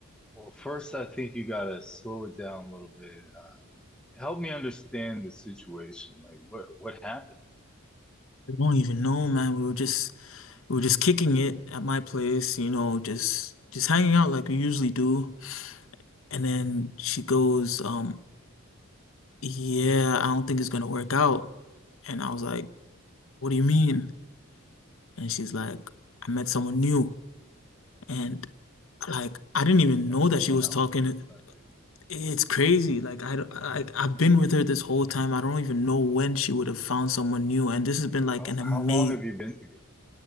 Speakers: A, in the centre; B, on the left (about 70°).
A: Well, first, I think you gotta slow it down a little bit. Uh, help me understand the situation. Like, what what happened?
B: I don't even know, man. We were just we were just kicking it at my place, you know, just just hanging out like we usually do. And then she goes, um, yeah, I don't think it's gonna work out. And I was like, what do you mean? And she's like, I met someone new. And like I didn't
A: She
B: even
A: met
B: know that
A: someone
B: she was
A: else.
B: talking.
A: That's not good.
B: It's crazy. Like I, I, I've been with her this whole time. I don't even know when she would have found someone new. And this has been like
A: How
B: an amazing,
A: how long have you been together?